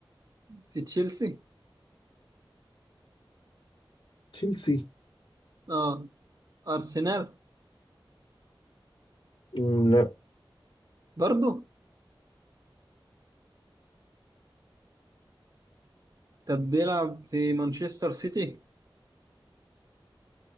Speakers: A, on the right; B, on the left.
A: في تشيلسي
B: تشيلسي
A: اه أرسنال
B: امم لا
A: برضو طب بيلعب في مانشستر سيتي